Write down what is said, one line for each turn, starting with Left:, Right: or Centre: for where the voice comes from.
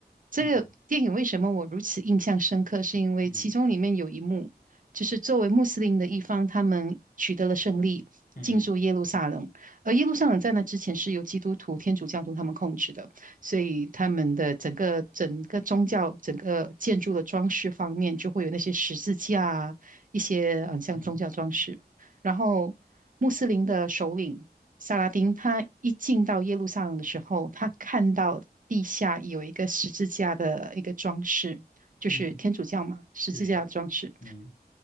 Right: 这个电影为什么我如此印象深刻？
Left: 嗯
Right: 是因为其中里面有一幕，
Left: 嗯
Right: 就是作为穆斯林的一方，他们取得了胜利，
Left: 嗯
Right: 进驻耶路撒冷。而耶路撒冷在那之前是由基督徒、天主教徒他们控制的，所以他们的整个整个宗教、整个建筑的装饰方面，就会有那些十字架啊，一些嗯像宗教装饰。
Left: 嗯嗯
Right: 然后穆斯林的首领萨拉丁，他一进到耶路撒冷的时候，他看到地下有一个十字架的一个装饰，就是天主教嘛，
Left: 嗯嗯
Right: 十字架的装饰。
Left: 对嗯